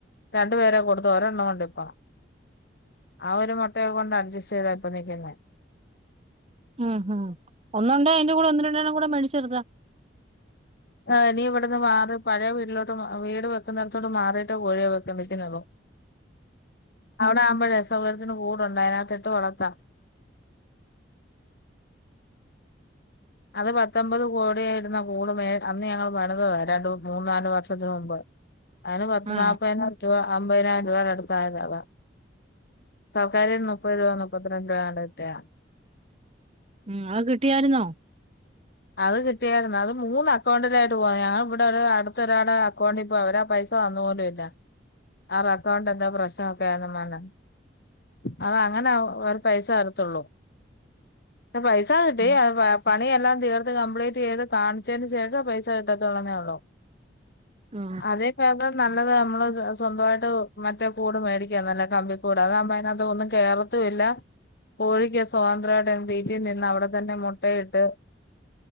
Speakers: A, on the left (about 60°); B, on the right (about 35°).
A: രണ്ട് പേരെ അങ്ങ് കൊടുത്ത് ഒരെണ്ണം ഒണ്ടിപ്പം. ആഹ് ഒരു മുട്ടയേ കൊണ്ടാ അഡ്ജസ്റ്റ് ചെയ്താ ഇപ്പം നിൽക്കുന്നെ.
B: ഉം ഉം ഒന്നുണ്ടേ അയിന്റെ കൂടെ ഒന്ന് രണ്ടേണ്ണം കൂടി മേടിച്ച് നിർത്താം.
A: ആഹ് ഇനി ഇവടന്ന് മാറി പഴയ വീട്ടിലോട്ട് വീട് വെക്കുന്നടത്തോട്ട് മാറിയിട്ട് കോഴിയെ വിക്ക്ന്ന് വിക്കുന്നുള്ളു. അഒടെ ആവുമ്പഴേ സൗകര്യത്തിന് കൂടുണ്ട് അതിനകത്തിട്ട് വളർത്താം. അത് പത്തമ്പത് കോടിയെ ഇടുന്ന കൂട് മേ അന്ന് ഞങ്ങള് പണിതതാ രണ്ട് മൂന്നാ രണ്ട് വർഷത്തിന് മുമ്പ് അതിന് പത്ത്
B: ആ
A: നാല്പ്പതിനായിരം രൂപ അമ്പതിനായിരം രൂപയുടെ അടുത്തായതാ അതാ. സർക്കാരേന്ന് മുപ്പത് രൂപ, മുപ്പത്തിരണ്ട് രൂപ ങ്ങാണ്ട് ഇട്ട്യ.
B: ഉം അത് കിട്ടിയാരുന്നോ?
A: അത് കിട്ടിയാരുന്ന് അത് മൂന്ന് അക്കൗണ്ടിലായിട്ട് പോയി ഞങ്ങള് ഇവിടെ ഒരു അടുത്തൊരാടെ അക്കൗണ്ടി ഇപ്പോ അവരാ പൈസ് <unintelligible> അക്കൗണ്ട് എന്തോ പ്രശ് നോക്കി ആകമാനം അത് അങ്ങനെ ഒരു പൈസ വരത്തുള്ളൂ. പൈസ കിട്ടി
B: ഉം.
A: പ പണിയെല്ലാം തീർത്ത് കംപ്ലീറ്റ് ചെയ്ത് കാണിച്ചേന് ശേഷം പൈസ കിട്ടത്തുള്ളന്നേ ഉള്ളു.
B: ആ
A: അതി ഭേദം നല്ലത് നമ്മള് സ്വന്തമായിട്ട് മറ്റേ കൂട് മേടിക്കാ നല്ലെ കമ്പിക്കൂട് അതാവുമ്പം അയിനകത്ത് ഒന്നും കേറ ത്തുല്ല കോഴിക്ക് സ്വാതന്ത്രം ആയിട്ട് തീറ്റിം തിന്ന് അവടെ തന്നെ മുട്ടയിട്ട്